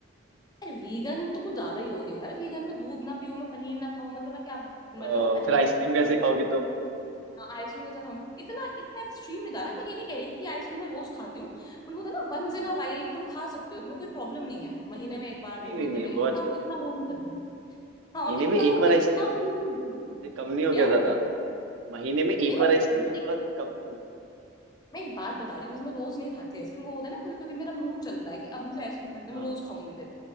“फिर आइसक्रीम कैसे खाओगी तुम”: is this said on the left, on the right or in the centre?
Right